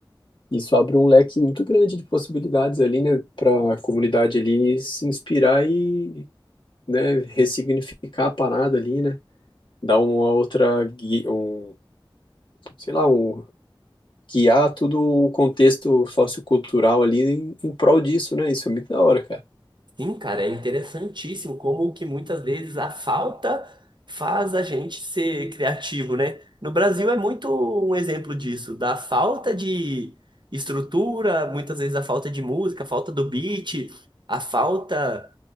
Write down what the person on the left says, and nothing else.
Isso abre um leque muito grande de possibilidades ali, né, para a comunidade ali se inspirar e, né, ressignificar a parada ali, né, dar uma outra, gui- um, sei lá, um, guiar todo o contexto sociocultural ali em, em prol disso, né, isso é muito da hora, cara.